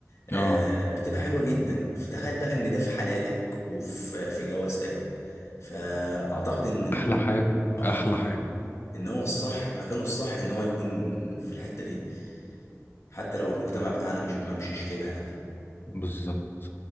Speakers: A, on the left; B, on the left.
A: آه،
B: اه
A: بتبقى حلوة جدا فتخيل بقى ان ده في حلالك وفي في جوازتك فاعتقد ان ال...
B: احلى حاجه
A: اه
B: احلى حاجه
A: ان هو الصح مكانه الصح ان هو يكون في الحتة دي حتى لو المجتمع بتاعنا مش ما مشيش كده يعني
B: بالظبط